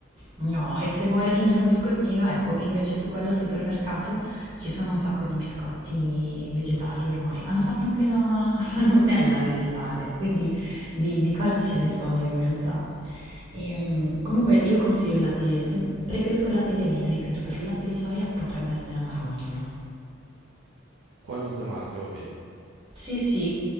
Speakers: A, on the right (about 25°); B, on the right (about 80°).
A: No, e se vuoi aggiungere un biscottino, ecco, invece su quello al supermercato ci sono un sacco di biscotti vegetali ormai. Hanno fatto anche la, <laughs> la Nutella vegetale, quindi di, di cose ce ne sono in realtà. E, mm, comunque io consiglio il latte, sem- preferisco il latte di avena, ripeto, perché il latte di soia potrebbe essere amarognolo.
B: Qualunque marca va bene.
A: Sì, sì.